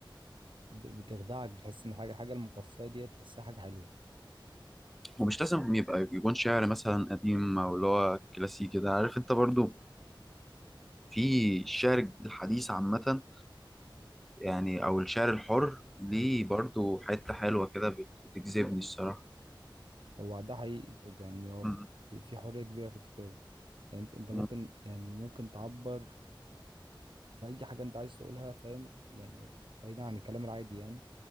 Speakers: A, on the right; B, in the centre.
A: ب- بتخدعك بتحس ان حاجه حاجه المقفيه دي تحسها حاجه حلوه
B: ومش لازم يبقى يكون شعر مثلا قديم او اللي هو كلاسيكي ده عارف انت برضو في الشعر الحديث عامة يعني أو الشعر الحر ليه
A: امم
B: برضو حتة حلوة كده بت- بتجذبني الصراحة
A: هو ده حقيقي يعني هو
B: مم.
A: في في في حريه كبيره في الكتابه يعني انت أنت
B: مم.
A: ممكن يعني ممكن تعبر باي حاجه انت عايز تقولها فاهم يعني بعيدا عن الكلام العادي يعني